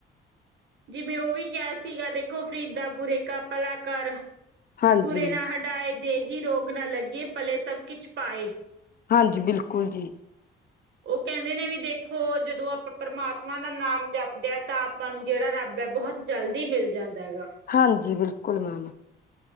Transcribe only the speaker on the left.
ਹਾਂਜੀ
ਹਾਂਜੀ ਬਿਲਕੁਲ ਜੀ।
ਹਾਂਜੀ ਬਿਲਕੁਲ ਮੈਮ